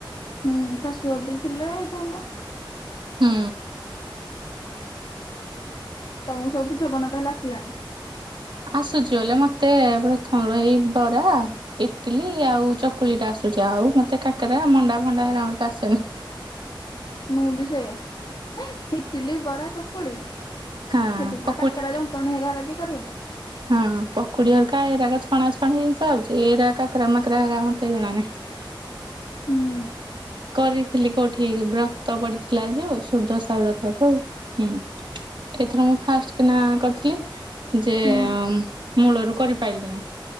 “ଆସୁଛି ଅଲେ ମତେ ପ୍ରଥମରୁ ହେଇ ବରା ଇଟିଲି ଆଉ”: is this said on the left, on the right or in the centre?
Right